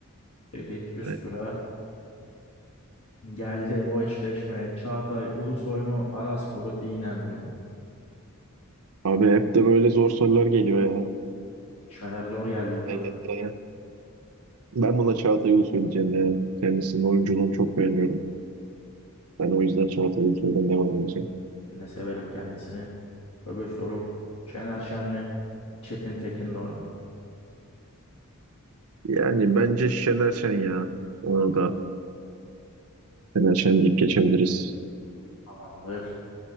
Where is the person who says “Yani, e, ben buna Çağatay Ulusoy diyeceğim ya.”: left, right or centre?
Right